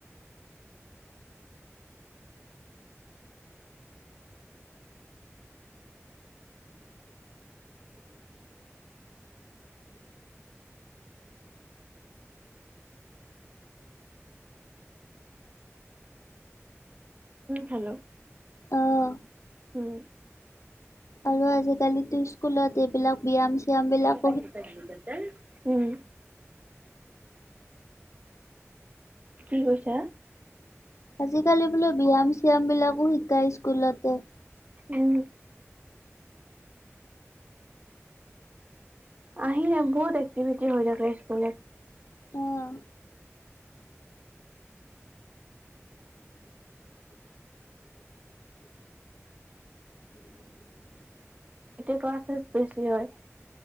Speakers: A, on the left (about 80°); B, on the right (about 30°).
A: <inaudible> <unintelligible> <inaudible>
B: হেল্ল',
A: আহ।
B: উম,
A: আৰু আজিকালিটো স্কুলত এইবিলাক ব্যয়াম চয়াম বিলাক
B: প <unintelligible> কি কৈছা।
A: আজিকালি বোলো ব্যয়াম চিয়াম বিলাকো শিকায় স্কুলতে।
B: উম। আহি বহুত একটিভিটি হৈ থাকে স্কুলত
A: অ' <unintelligible> <unintelligible>
B: এট কোৱাাছেছ বেছি হয়